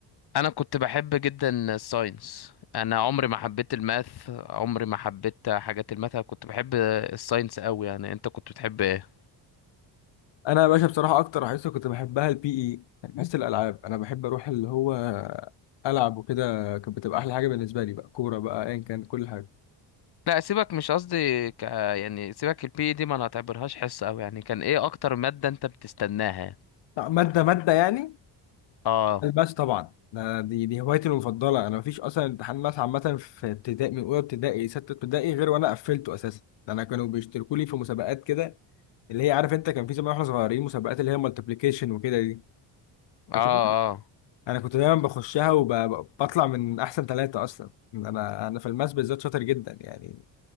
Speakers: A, on the left; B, on the left.
A: انا كنت بحب جدا الساينس انا عمري ما حبيت الماث عمري ما حبيت حاجات الماث أنا كنت بحب الساينس قوي يعني انت كنت بتحب ايه
B: انا يا باشا بصراحة اكتر حصة كنت بحبها البي اي يعني حصة الالعاب انا بحب اروح اللي هو العب وكده كانت بتبقى احلى حاجة بالنسبة لي بقى كورة بقى ايا كان كل حاجة
A: لا سيبك مش قصدي ك... يعني سيبك البي دي ما انا اعتبرهاش حصة او يعني كان ايه اكتر مادة انت بتستناها
B: مادة مادة يعني
A: اه
B: الباس طبعا ده دي دي هوايتي المفضله انا مفيش اصلا امتحان ماس عامه في ابتدائي من اولى ابتدائي سته ابتدائي غير وانا قفلته اساسا ده انا كانوا بيشتركوا لي في مسابقات كده اللي هي عارف انت كان في زمان واحنا صغيرين مسابقات اللي هي مالتيبليكيشن وكده دي
A: اه
B: فاكر
A: اه
B: انا كنت دايما بخشها وبطلع من احسن ثلاثه اصلا انا انا في الماس بالذات شاطر جدا يعني